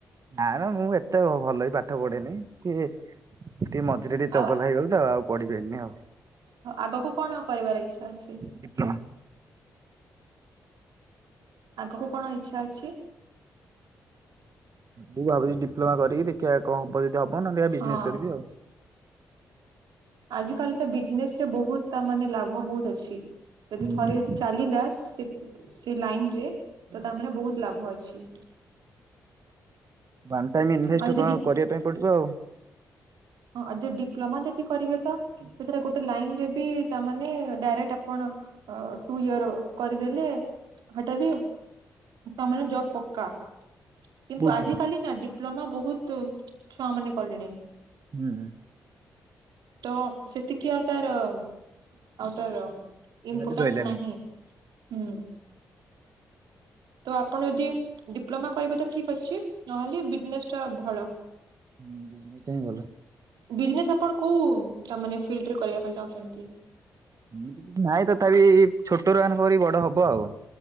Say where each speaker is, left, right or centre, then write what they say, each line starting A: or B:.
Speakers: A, on the right (about 50°); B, on the right (about 75°).
A: ନା ନା ମୁଁ ଏତେ ଭଲ ବି ପାଠ ପଢେନି। ଟେ ଟିକେ ମଝିରେ ଟିକେ
B: ଆଉ
A: ଚଗଲା ହେଇଗଲି ତ ଆଉ ପଢି ପାଇଲିନି ଆଉ।
B: ଆଗକୁ କଣ କରିବାର ଇଚ୍ଛା ଅଛି?
A: ଡିପ୍ଲୋମା
B: ଆଗକୁ କଣ ଇଚ୍ଛା ଅଛି?
A: ମୁଁ ଭାବୁଛି ଡିପ୍ଲୋମା କରିକି ଦେଖିବା କଣ ହବ ଯଦି ହବ। ହଉ ନହେଲେ
B: ହଁ
A: ବିଜନେସ କରିବି ଆଉ।
B: ଆଜି କାଲି ତ ବିଜନେସରେ ବହୁତ ତା ମାନେ ଲାଭ ବହୁତ ଅଛି। ଯଦି
A: ହୁଁ
B: ଥରେ ଯଦି ଚାଲିଲା ସେ ସେ ଲାଇନ ରେ ତା ମାନେ ବହୁତ ଲାଭ ଅଛି।
A: ୱାନ୍ ଟାଇମ ଇନଭେଷ୍ଟ
B: ଆଉ ଯଦି
A: ତ
B: ଡି
A: କରିବା ପାଇଁ ପଡିବ ଆଉ।
B: ହଁ ଆ ଯୋଉ ଡିପ୍ଲୋମା ଯଦି କରିବେ ତ ସେଥିର ଗୋଟେ ଲାଇନ ରେ ବି ତାମାନେ ଡାଇରେକ୍ଟ ଆପଣ ଟୁ ଇୟର କରିଦେଲେ ହଟା ବି ତା ମାନେ ଜବ ପକ୍କା। କିନ୍ତୁ
A: କୋଉଠି?
B: ଆଜ କାଲି ନା ଡିପ୍ଲୋମା ବହୁତ ଛୁଆ ମାନେ କଲେଣି।
A: ହୁଁ।
B: ତ ସେତିକି ଆଉ ତାର ଆଉ ତାର ଇମ୍ପୋର୍ଟନ୍ସ
A: ଭ୍ୟାଲୁ ରହିଲାନି
B: ନାହିଁ ହୁଁ। ତ ଆପଣ ଯଦି ଡିପ୍ଲୋମା କରିବେ ତ ଠିକ ଅଛି ନହେଲେ ବିଜନେସ ଟା ଭଲ।
A: ହୁଁ ବିଜନେସ ଟା ହିଁ ଭଲ।
B: ବିଜନେସ୍ ଆପଣ କୋଉ ମାନେ ଫିଲ୍ଡରେ କରିବା ପାଇଁ ଚାହୁଁଛନ୍ତି।
A: ଏମିତି କିଛି ନାଇଁ ତଥାପି ଛୋଟରୁ ଆରମ୍ଭ କରି ବଡ ହବ ଆଉ।